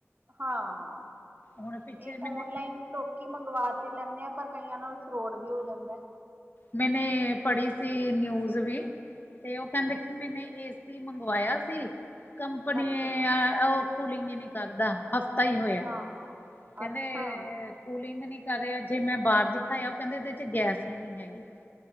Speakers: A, on the right; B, on the left.
A: ਹਾਂ
B: ਹੁਣ ਪਿੱਛੇ
A: ਇਹ
B: ਮੈਨੇ
A: ਓਨਲਾਈਨ ਲੋਕੀ ਮੰਗਵਾ ਤੇ ਲੈਂਦੇ ਆ ਪਰ ਕਈਆਂ ਨਾਲ ਫਰੋੜ ਵੀ ਹੋ ਜਾਂਦਾ।
B: ਮੈਨੇਂ ਪੜ੍ਹੀ ਸੀ ਨਿਊਜ਼ ਵੀ ਤੇ ਉਹ ਕਹਿੰਦੇ
A: ਹਾਂਜੀ
B: ਕਿ ਮੈਨੇ ਇਸ ਏ ਸੀ ਮੰਗਵਾਇਆ ਸੀ <inaudible> ਕੰਪਨੀ
A: ਅੱਛਾ ਜੀ
B: ਉਹ ਕੂਲਿੰਗ ਹੀ ਨਹੀਂ ਕਰਦਾ ਹਫ ਤਾਂ ਈ ਹੋਇਆ।
A: ਹਾਂ
B: ਕਹਿੰਦੇ
A: ਅੱਛਾ
B: ਕੂਲਿੰਗ ਹੀ ਨੀ ਕਰ ਰਿਹਾ ਜੇ ਮੈਂ ਬਾਹਰ ਦਿਖਾਇਆ ਉਹ ਕਹਿੰਦੇ ਇਹਦੇ ਚ ਗੈਸ ਹੀ ਨਹੀਂ ਹੈਗੀ।